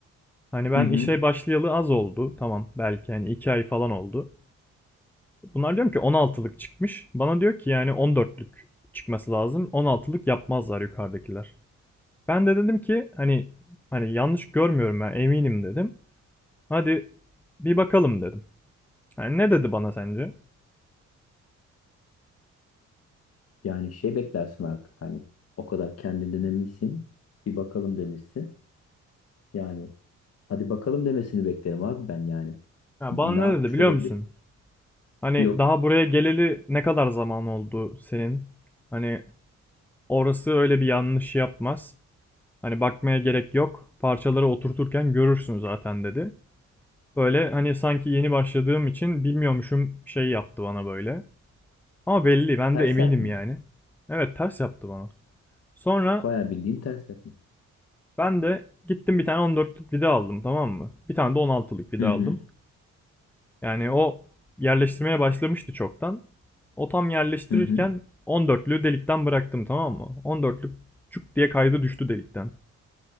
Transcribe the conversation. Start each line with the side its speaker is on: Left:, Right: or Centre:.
Centre: Hani ben
Left: Hı hı.
Centre: işe başlayalı az oldu tamam belki hani 2 ay falan oldu. Bunlar diyorum ki 16'lık çıkmış. Bana diyor ki yani 14'lük çıkması lazım. 16'lık yapmazlar yukarıdakiler. Ben de dedim ki hani hani yanlış görmüyorum ben eminim dedim. Hadi bir bakalım dedim. Yani ne dedi bana sence?
Left: Yani şey beklersin artık hani o kadar kendinden eminsin. Bir bakalım demişsin. Yani hadi bakalım demesini beklerim abi ben yani.
Centre: Ha,
Left: Ne
Centre: bana
Left: yapmış
Centre: ne dedi biliyor
Left: olabilir?
Centre: musun? Hani
Left: Yok.
Centre: daha buraya geleli ne kadar zaman oldu senin? Hani orası öyle bir yanlış yapmaz. Hani bakmaya gerek yok. Parçaları oturturken görürsün zaten dedi. Böyle hani sanki yeni başladığım için bilmiyormuşum şey yaptı bana böyle. Ama belli ben
Left: Ters
Centre: de eminim
Left: yapmış.
Centre: yani. Evet ters yaptı bana. Sonra
Left: Bayağı bildiğin ters yapmış.
Centre: ben de gittim bir tane 14'lük vida aldım tamam mı? Bir tane de 16'lık vida
Left: Hı hı.
Centre: aldım. Yani o yerleştirmeye başlamıştı çoktan. O tam yerleştirirken
Left: Hı hı.
Centre: 14'lüğü delikten bıraktım tamam mı? 14'lük çuk diye kaydı düştü delikten.